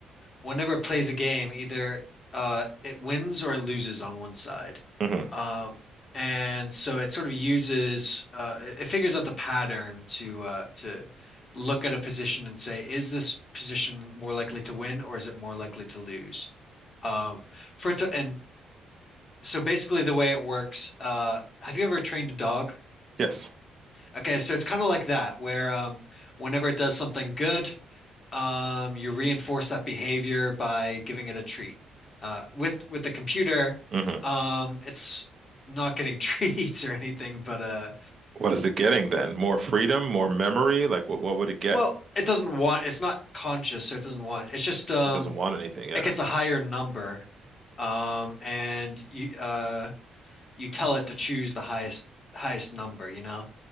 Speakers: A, on the left (about 40°); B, on the right (about 45°).
A: whenever it plays a game, either uh, it wins or it loses on one side.
B: hmm
A: Um, and so it sort of uses uh, it it figures out the pattern to uh, to look at a position and say, is this position more likely to win or is it more likely to lose? Um, for it to, and so basically the way it works, uh, have you ever trained a dog?
B: Yes.
A: Okay, so it's kind of like that, where um, whenever it does something good, um, you reinforce that behavior by giving it a treat. Uh, with with the computer,
B: Mm-hmm.
A: um, it's not getting <laughs> treats or anything, but uh,
B: What is it getting then? More freedom, more memory? Like what what would it get?
A: well, it doesn't want. It's not conscious, so it doesn't want. It's just um,
B: It doesn't want anything, yeah.
A: it gets a higher number, um, and you uh, you tell it to choose the highest highest number, you know,